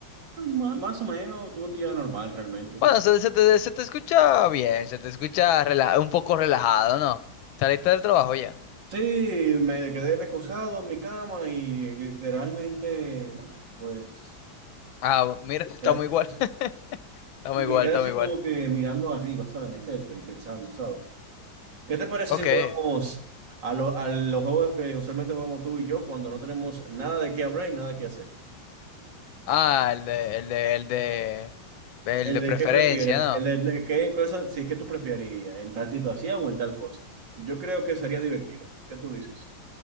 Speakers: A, on the right; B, on the left.
A: ma- más o menos, tuve un día normal realmente.
B: Bueno, se, se te, se te escucha bien, se te escucha rela- un poco relajado, ¿no? Saliste del trabajo ya.
A: Sí, me quedé recostado en mi cama y literalmente, no, pues,
B: Ah, mira, estamos
A: quedé-
B: igual, <laughs> estamos
A: me
B: igual,
A: quedé
B: estamos
A: así
B: igual.
A: como que mirando arriba, ¿sabes? En el techo y pensando, ¿sabes? ¿Qué te parece
B: Ok.
A: si jugamos a, lo- a los juegos que usualmente jugamos tú y yo cuando no tenemos nada de qué hablar y nada que hacer?
B: Ah, el de, el de, el de, el
A: ¿El
B: de
A: de
B: preferencia,
A: qué prefieres?
B: ¿no?
A: ¿El de qué cosa, sí, qué tú preferirías? ¿En tal situación o en tal cosa? Yo creo que sería divertido. ¿Qué tú dices?